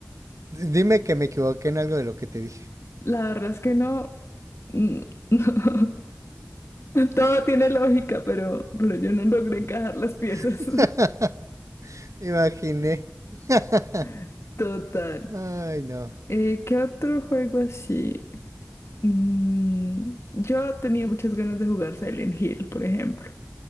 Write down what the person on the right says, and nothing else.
Dime que me equivoqué en algo de lo que te dije.
<laughs> Imaginé. <laughs>
Ay, no.